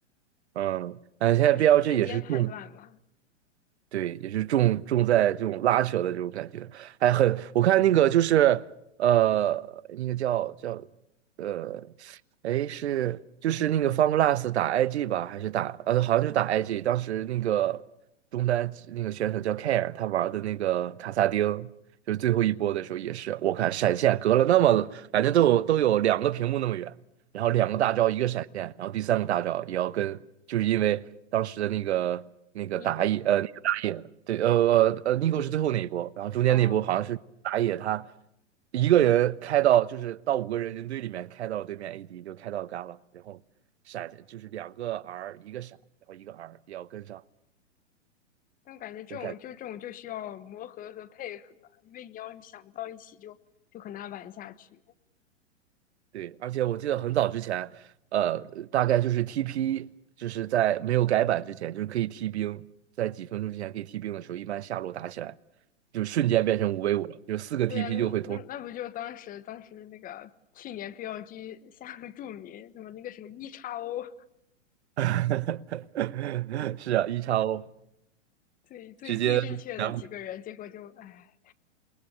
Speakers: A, on the right; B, on the left.
A: 嗯，哎，现在
B: 就是瞬间判断嘛。
A: BLG 也是重对，也是重重在这种拉扯的这种感觉，哎，很，我看那个就是呃，那个叫叫呃，哎是就是那个 FunGlass 打 IG 吧，还是打呃好像就打 IG，当时那个中单那个选手叫 Care，他玩的那个卡萨丁，就是最后一波的时候也是，我看闪现隔了那么感觉都有都有两个屏幕那么远。然后两个大招一个闪现，
B: 哦
A: 然后第三个大招也要跟，就是因为当时的那个那个打野呃野，
B: Nico，
A: 对，呃呃呃，Nico 是最后那一波，然后中间那一波好像是打野他
B: 哦，
A: 一个人开到就是到五个人人堆里面开到了对面 AD，就开到 Gala，然后闪就是两个 R 一个闪，然后一个 R 也要跟上，
B: 但我感觉这种就这种就需要磨合和配合，
A: 就感
B: 因为你要是想不到一起就，就很难玩下去。
A: 对，而且我记得很早之前，呃，大概就是 TP 就是在没有改版之前，就是可以踢兵，在几分钟之前可以踢兵的时候，一般下路打起来就瞬间变成五
B: 啊
A: v 五了，就四个
B: 对啊，
A: TP 就会同。
B: 那那不就当时当时那个去年 BLG <laughs> 下个注明什么那个什么 EXO
A: <laughs> 是啊，一超
B: 最最最正确的几个人，
A: 直接全部，
B: 结果就唉，